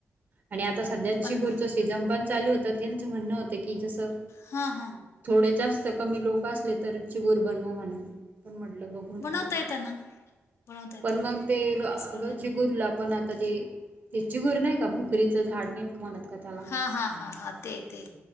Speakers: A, on the right; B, on the left.
A: आणि आता सध्याची
B: बन
A: पुरश सीजन पण चालू होतं त्यांचं म्हणणं होतं की जसं
B: हा हा.
A: थोडे जास्त कमी लोक असले तर चिगूर बनव म्हणून पण म्हटलं बघू.
B: बनवता
A: नको.
B: येत ना. बनवता येतं
A: पण
B: ना
A: मग ते अग
B: काहीच प्रॉब्लेम
A: ची चीगुरला
B: नाही
A: पण आता ते चीगुर नाही का भोकरीचं झाड म्हणत का त्याला.
B: हां हां हां हां ते ते